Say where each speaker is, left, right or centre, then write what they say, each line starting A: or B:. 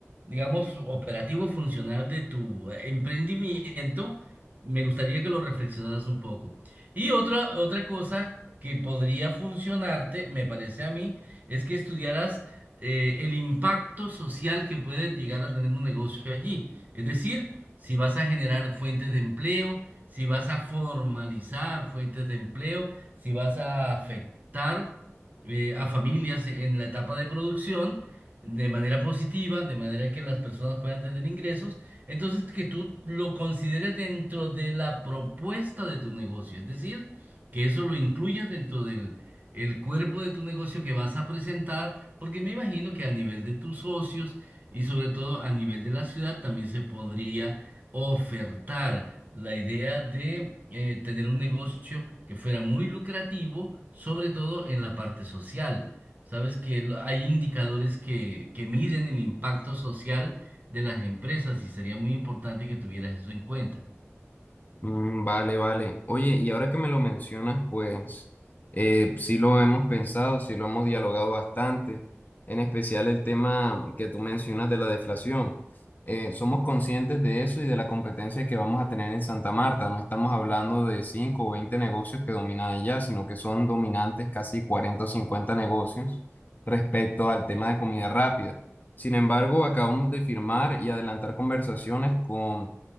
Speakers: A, on the right; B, on the left.
A: digamos, operativo funcional de tu eh, emprendimiento, me gustaría que lo reflexionaras un poco. Y otra, otra cosa que podría funcionarte, me parece a mí, es que estudiaras eh, el impacto social que puede llegar a tener un negocio allí. Es decir, si vas a generar fuentes de empleo, si vas a formalizar fuentes de empleo, si vas a afectar eh, a familias en la etapa de producción de manera positiva, de manera que las personas puedan tener ingresos, entonces que tú lo consideres dentro de la propuesta de tu negocio, es decir, que eso lo incluyas dentro del el cuerpo de tu negocio que vas a presentar, porque me imagino que a nivel de tus socios, y sobre todo a nivel de la ciudad también se podría ofertar la idea de eh, tener un negocio que fuera muy lucrativo, sobre todo en la parte social. Sabes que lo- hay indicadores que, que miden el impacto social de las empresas y sería muy importante que tuvieras eso en cuenta.
B: Mm, vale, vale. Oye, y ahora que me lo mencionas, pues eh, sí lo hemos pensado, sí lo hemos dialogado bastante, en especial el tema que tú mencionas de la deflación. Eh, somos conscientes de eso y de la competencia que vamos a tener en Santa Marta. No estamos hablando de 5 o 20 negocios que dominan allá, sino que son dominantes casi cuarenta o 50 negocios respecto al tema de comida rápida. Sin embargo, acabamos de firmar y adelantar conversaciones con